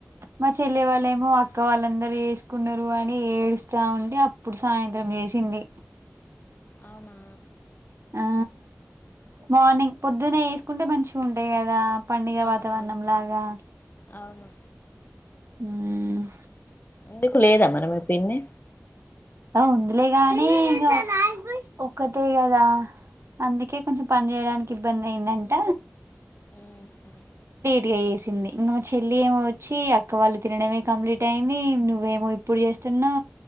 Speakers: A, on the right; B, on the left.
A: మా చెల్లలే వాళ్ళ ఏమో అక్క వాళ్ళందరుూ వసుకున్నారు అని ఏడుస్తా ఉంటే అప్పుడు సాయంత్రం చేసింది
B: అవునా
A: ఆ మార్నింగ్ పొద్దున్న వేసుకుంటే మంచిగా ఉంటాయి కదా పండుగ
B: అవునవును
A: వాతావరణం లాగా
B: అవును
A: హ్మ్
B: ఎందుకు లేదా మరి మీ పిన్ని
A: ఉందులే గానీ ఇ ఒక్కటే కదా అందుకే కొంచెం పని చేయడానికి ఇబ్బంది అయిందంట
B: ఉమ్
A: చెసింది ఇంక మా చెల్లి ఏమో వచ్చి అక్క వాళ్ళు తినడమే కంప్లీట్ అయింది నువ్వేమో ఇప్పుడు చేస్తును